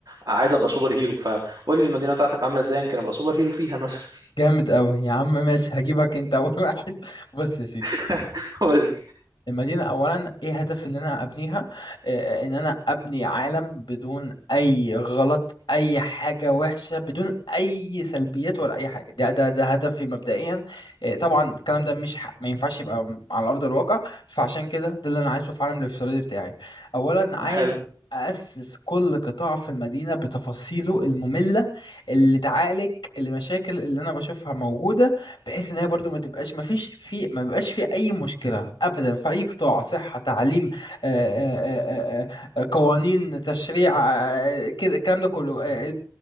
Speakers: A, on the right; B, on the left.
A: عايز ابقى سوبر هيرو فقول لي المدينة بتاعتك عاملة ازاي يمكن ابقى سوبر هيرو فيها مثلا
B: جامد قوي يا عم ماشي هجيبك انت اول <laughs> واحد بص يا سيدي
A: <laughs> قول لي
B: المدينة أولا إيه هدف اللي أنا أبنيها آه، آه، إن أنا أبني عالم بدون أي غلط أي حاجة وحشة بدون أي سلبيات ولا أي حاجة ده ده ده هدفي مبدئيا آه، طبعا الكلام ده مش ح- ما ينفعش يبقى م- على أرض الواقع فعشان كده ده اللي أنا عايزه في عالم الافتراضي بتاعي أولا عايز
A: حلو
B: أسس كل قطاع في المدينة بتفاصيله المملة اللي تعالج المشاكل اللي أنا بشوفها موجودة بحيث ان هي برضو ما تبقاش ما فيش في ما بيبقاش في اي مشكله ابدا في اي قطاع صحه تعليم آه، آه، آه، آه، آه، قوانين تشريع آه، آه، كده الكلام ده كله آه،